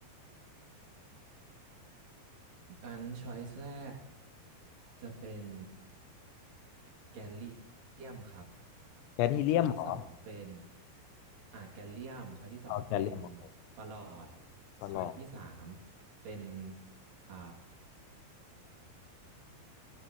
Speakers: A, on the right (about 65°); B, on the left (about 85°).
A: อัน choice แรกจะเป็นแกลเลียมครับ
B: แคดฮีเลียมเหรอ
A: choice ที่สองเป็นอ่าแกลเลียม choice ที่สองเป็น
B: เอาแคดเลียมเหรอ
A: ประหลอด
B: ตลอด
A: choice ที่สามเป็นอ่า